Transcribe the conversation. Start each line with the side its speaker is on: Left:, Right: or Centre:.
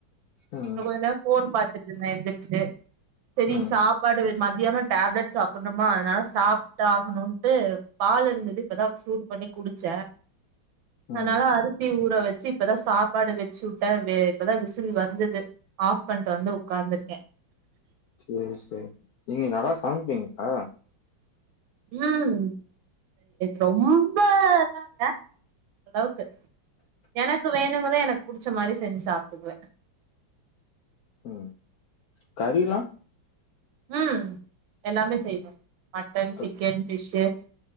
Left: ம்
Right: கொஞ்சநேரம் போன் பாத்துட்டு இருந்த எந்திருச்சு செரி
Left: ம்
Right: சாப்பாடு மதியான டேப்லெட் சாப்புனுமா அதனால சாப்ட்டாகணும்ன்ட்டு பால் இருந்தது இப்போதா சூடு பண்ணி குடிச்ச அதனால
Left: ம்
Right: அரிசி ஊற வச் சி இப்பதா சாப்பாடு வச்சுவுட்ட இப்பதா விசில் வந்துது ஆஃப் பண்ட்டு வந்து உட்காந்துருக்க
Left: சேரி சேரி நீங்க நல்லா சமப்பீங்க்கா
Right: ம் ரொம்ப அதலா இல்ல ஓரளவுக்கு எனக்கு வேணுங்கத எனக்கு புடிச்ச மாரி செஞ்சு சாப்ட்டுக்குவ
Left: ம் கறிலா
Right: ம் எல்லாமே செய்வ மட்டன்
Left: அது
Right: சிக்கன் ஃபிஷ்ஷு